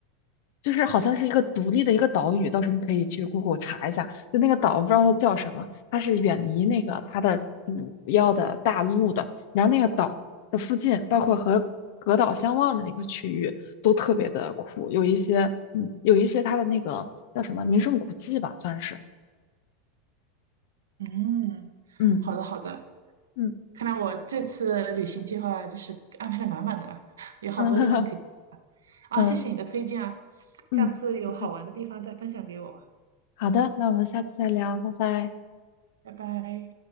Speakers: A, on the left (about 65°); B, on the right (about 85°).
A: 就是好像是一个独立的一个岛屿，到时候你可以去 Google 查一下，就那个岛不知道它叫什么，它是远离那个它的主要的大陆的，然后那个岛的附近，包括和隔岛相望的那个区域都特别的酷，有一些嗯，有一些它的那个叫什么名胜古迹吧，算是，
B: 嗯，
A: 嗯
B: 好的好的，
A: 嗯
B: 看来我这次旅行计划就是安排的满满的了，<laughs> 有好多地方可以
A: 嗯 <laughs>
B: 啊，
A: 嗯
B: 谢谢你的推荐啊，
A: 嗯，
B: 下次有好玩的地方再分享给我吧，
A: 不客气，好的，那我们下次再聊，拜拜。
B: 拜拜。